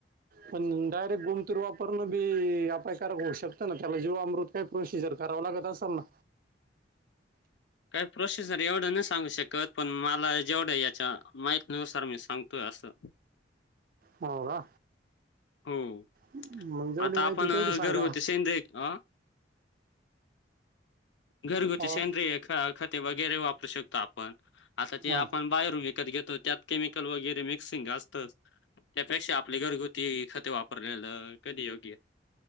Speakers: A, on the right; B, on the left.
A: पण डायरेक्ट गोमतीर वापरणं ही अपायकारक होऊ शकतं ना त्याला जीवामृत काय प्रोसिजर करावं लागत असल ना?
B: काय प्रसीजर एवढं नाय सांगू शकत पण मला जेवढं याच्या माहि न सर मी सांगतोय असं
A: हो का?
B: हो
A: मग जेवढी
B: आता
A: माहिती
B: आपण
A: तेवढी
B: अ,
A: सांगा.
B: घरगुती सेंद्रिय अ घरगुती
A: हो
B: सेंद्रिय ख खते वगैरे वापरू शकतो आपण आता ते
A: हां
B: आपण बाहेर विक कत घेतो त्यात केमिकल वगैरे मिक्सिंग असतात त्यापेक्षा आपले घरगु ती खते वापरलेलं कधीही योग्य